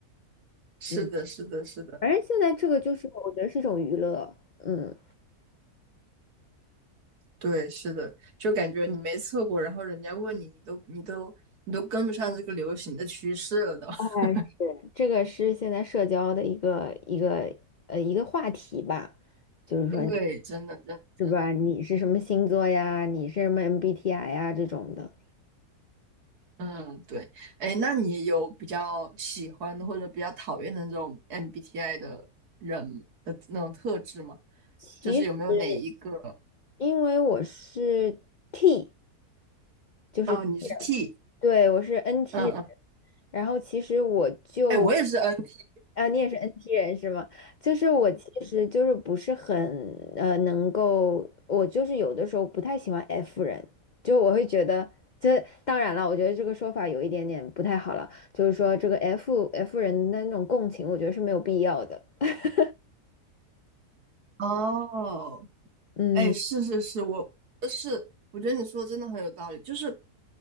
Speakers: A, on the right; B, on the left.
A: 是的，
B: 嗯。
A: 是的，是的。
B: 反正现在这个就是我觉得是一种娱乐，嗯，
A: 对，是的，就感觉你没测过，然后人家问你，你都你都你都跟不上这个流行的趋势了都。<laughs>
B: 哎，是，这个是现在社交的一个一个呃一个话题吧，就是说
A: 对，真的，真的真的，
B: 是吧？你是什么星座呀？你是什么 MBTI 呀？这种的。
A: 嗯，对。哎，那你有比较喜欢的或者比较讨厌的那种 MBTI 的人的那种特质吗？
B: 其实
A: 就是有没有哪一个？
B: 因为我是 T。就是既人对我是
A: 哦，你是 T，
B: NT
A: 嗯嗯，
B: 人，然后其实我就
A: 哎，我也是 NT。
B: 啊，你也是 NT 人是吗？就是我其实就是不是很呃能够，我就是有的时候不太喜欢 F 人，就我会觉得。这当然了，我觉得这个说法有一点点不太好了，就是说这个 F F 人的那种共情，我觉得是没有必要的。<laughs>
A: 哦，
B: 嗯。
A: 哎，是是是，我是我觉得你说的真的很有道理，就是